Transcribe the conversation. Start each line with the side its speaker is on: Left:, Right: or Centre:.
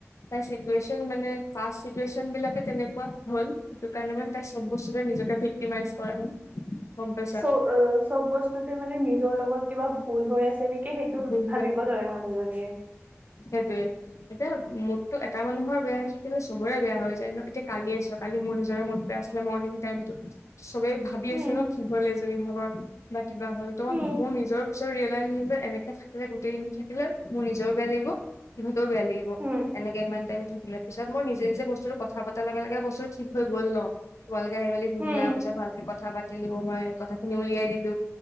Left: তাই চিটুৱেচন মানে চিটুৱেচন বিলাকে তেনেকুৱা হল, সেইটো কাৰণে মানে- চব বস্তুে নিজে ভিটিমাইজ কৰে উম গম পাইছা।
Right: চ' অ' চব বস্তুতে মানে নিজৰ লগত কিবা ভুল হৈ আছে নেকি সেইটো
Left: ভুল
Right: ভাবিব ধৰে মানুহজনীয়ে।
Left: সেইটোৱে- এতিয়া মুদতটো এটা মানুহৰ বেয়া হৈ থাকিলে চবৰে বেয়া হৈ যায় ন এতিয়া কালিয়ে ছোৱা কালি মোৰ নিজৰে মুদ- ছিলে মৰ্নিং টাইমটো- চবেই ভাবি
Right: উম
Left: আছে ন কি হ'ল এজনী ভাগৰ বা কিবা হল তো
Right: উম
Left: মোৰ নিজৰ- ৰিয়েলাইজ হৈছে যে এনেকে থাকিলে গোটেই দিনটো থাকিলে মোৰ নিজৰও বেয়া লাগিব- সিহঁতেও বেয়া লাগিব
Right: উম
Left: একে ইমান টাইম থাকিলে পিছত মোৰ নিজে নিজে বস্তুটো কথা পতা লগা লগে বস্তু- ঠিক হৈ গল ন তোমালোকে আহি মেলি শুধিলা
Right: উম উম
Left: পিছত ভালকে কথা পা- লো মই কথা খিনি উলিয়াই দিলো